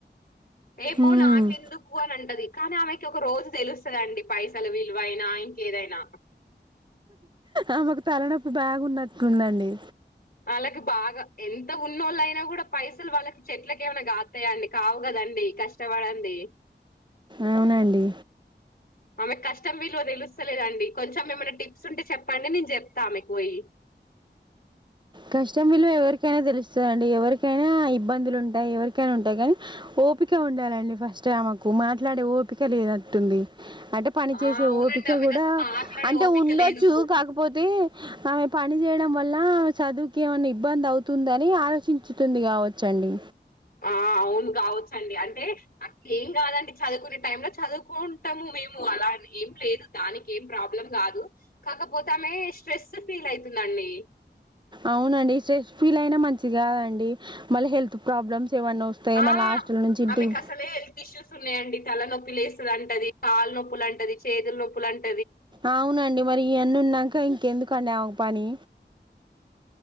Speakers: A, on the left; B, on the right.
A: ఏ పో
B: ఉమ్
A: నాకెందు అని అంటది కానీ ఆమెకి ఒక రోజు తెలుస్తుదండి పైసలు విలువైనా ఇంకేదైనా
B: ఆమెకు తలనొప్పు బాగ్ ఉన్నట్టులుందండి
A: వాళ్ళకి బాగా ఎంత ఉన్నోళ్ళ అయినా కూడా పైసలు వాళ్ళకి చెట్లకేమైనా కాతయండి కావు కదా అండి కష్టపడంది
B: అవునండి
A: ఆమెకు కష్టం వీలువ తెలుస్తలేదండి కొంచెం ఏమైనా టిప్స్ ఉంటే చెప్పండి నేను చెప్తా ఆమెకు పోయి
B: కష్టం విలువ ఎవరికైనా తెలుస్తదండి ఎవరికైనా ఇబ్బందులు ఉంటాయి ఎవరికైనా ఉంటాయి కానీ ఒ ఓపిక ఉండాలండి ఫస్ట్ ఆమెకు మాట్లాడే ఓపిక లేనట్టుంది అంటే పని చేసే
A: ఆ అవునండి
B: ఓపిక
A: ఆమెకు
B: కూడా
A: అసలు మాట్లాడే
B: అంటే
A: ఓపిక
B: ఉండొచ్చు
A: లేదు
B: కాకపోతే ఆమె పని చేయడం వల్ల చదువు కేమన్నా ఇబ్బంది అవుతుందని ఆలోచించుతుంది కావచ్చండి
A: ఆ అవును కావచ్చండి అంటే అట్లెం కాదం చదువుకునే టైమ్ లో చదువుకుంటాము మేము అలా ఏం లేదు దాని కేం ప్రాబ్లం కాదు కాకపోతే ఆమె స్ట్రెస్ ఫీల్ అయితుందండి
B: అవునండి స్ట్రెస్ ఫీల్ అయినా మంచిగాదండి మళ్ళీ హెల్త్ ప్రాబ్లమ్స్ ఏమన్నా వస్తాయి
A: ఆ
B: మళ్ళీ హాస్టల్ నుంచి ఇంటికి
A: ఆమెకు అసలే హెల్త్ ఇష్యూస్ ఉన్నాయండి తల నొపీ ప్పి లేస్తంటది కాళ్ళ నొప్పులు అంటది చేతుల నొప్పులు అంట
B: అవునండి మరి ఇవన్నీ ఉన్నంక్క ఇంకెందుకుండి ఆమెకి పని